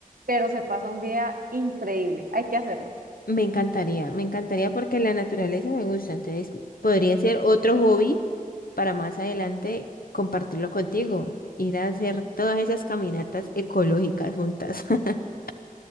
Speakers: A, on the right (about 75°); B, on the left (about 75°).
A: pero se pasa un día increíble. Hay que hacerlo.
B: Me encantaría, me encantaría porque la naturaleza me gusta. Entonces, podría ser otro hobby para más adelante compartirlo contigo. Ir a hacer todas esas caminatas ecológicas juntas. <laughs>